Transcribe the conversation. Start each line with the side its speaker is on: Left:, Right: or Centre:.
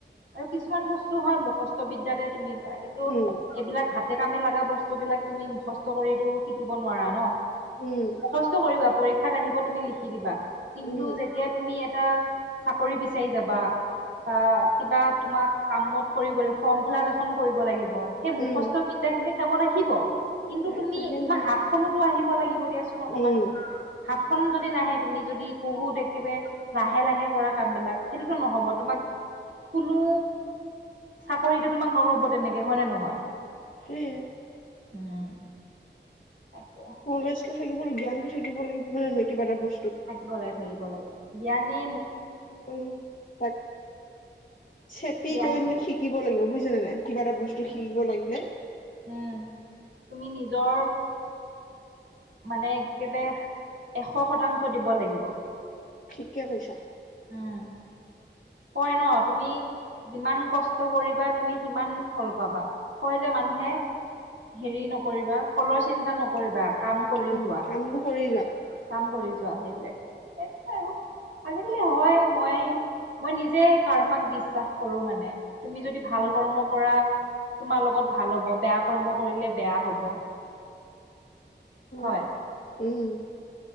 Right: আৰু কিছুমান বস্তু। হয় মুখস্ত বিদ্যাতেই। তুমি পাৰা কিন্তু
Left: উম,
Right: এইবিলাক হাতে। কামে লগা বস্তু বিলাক তুমি মুখস্থ কৰিতো শিকিব নোৱাৰা ন।
Left: উম,
Right: মুখস্থ কৰিবা পৰীক্ষা। পৰীক্ষাত আহিব তুমি লিখি দিবা। কিন্তু
Left: উম,
Right: যেতিয়া তুমি। এটা চাকৰি বিচাৰি যাবা বা কিবা তোমাক কামত কৰিব লাগিব ফৰ্ম ফিল আপ এখন কৰিব লাগিব। সেই মুখস্থ
Left: উম।
Right: বিদ্যা খিনি <unintelligible> খিব, কিন্তু
Left: এ
Right: তুমি,
Left: নাহে
Right: তোমাৰ
Left: নাহে
Right: হাতখনতো আহি ব লাগিব। দিয়াচোন অকমান,
Left: উম,
Right: হাতখন যদ তে নাহে তুমি যদি বহুত একেবাৰে লাহে-লাহে কৰা কাম বিলাক, সেইটোতো নহ'ব, তোমাক কোনো চাকৰিটো তোমাক নল'ব তেনেকে, হয় নে নহয়?
Left: সেইয়াই।
Right: উম। তাকে।
Left: নলেজটো থাকিব লা, জ্ঞানটো থাকিব লাগিব হয় নে নহয় কিবা এটা বস্ত
Right: থাকিব লাগে, থাকিব লাগে। জ্ঞানে
Left: উম, তাক চেপি
Right: জ্ঞান
Left: কৰি বুলি শিকিব লাগিব বুজিচে নে নাই? কিবা এটা বস্তু
Right: উম
Left: শিকিব লাগিলে
Right: উম তুমি নিজৰ মানে একেবাৰে এশ শতাংশ দিব লাগিব।
Left: ঠিকে কৈছা।
Right: উম। কয় ন তুমি যিমান কষ্ট কৰিবা তুমি সিমান ফল পাবা। কয় যে মানুহে হেৰি নকৰিবা ফলৰ চিন্তা নকৰিবা। কাম কৰি
Left: উম,
Right: যোৱা
Left: কামটো কৰি যোৱা।
Right: কাম কৰি যোৱা সেইটোৱে, সেইটোৱে আৰু আজিকালি হয় মই মই নিজে কাৰ্মাক বিশ্বাস কৰো মানে। তুমি যদি ভাল
Left: উ
Right: কৰ্ম কৰা তোমাৰ লগত ভাল হ'ব, বেয়া কৰ্ম কৰিলে বেয়া হ'ব।
Left: হয়দে,
Right: হয়
Left: উম।